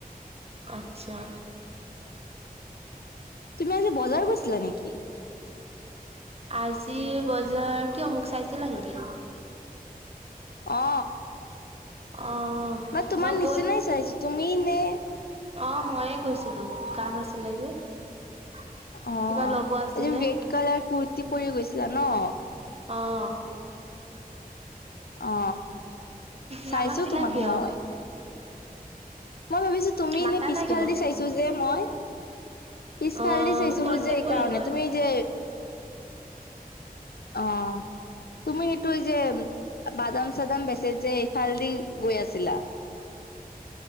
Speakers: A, on the right; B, on the left.
A: আচ্ছা
B: তুমি আজি বজাৰ গৈছিলা নেকি
A: আজি বজাৰ কিয়মোক চাইছিলা নেকি
B: অ
A: অ',
B: মানে তোমাৰ
A: মই
B: নিচিনাই
A: গৈ
B: চাইছো তুমি নে
A: অ ময়ে কৈছিলো কাম আছিলে যে <unintelligible>
B: অহ
A: কিবা ল'ব আছিলে
B: এইযোৰ ৰেড কালাৰ কুুৰ্তি পৰি গৈছিলা ন
A: অহ
B: অ চাইছো
A: নামাতিলা
B: তোমাক
A: কিয়
B: মই মই ভাবিছো তুমি
A: মাতা
B: এনে পিছফাল
A: নাই কিয়?
B: দি চাইছো যে মই পিছফালে
A: অ
B: দি চাইছিলো
A: কন্টেক
B: যে এই
A: কৰিল
B: কাৰণে
A: হয়
B: তুমি যে অ, তুমি সেইটোৱে যে, বাদাম-চাদাম বেচে যে ইফাল দি গৈ আছিলা।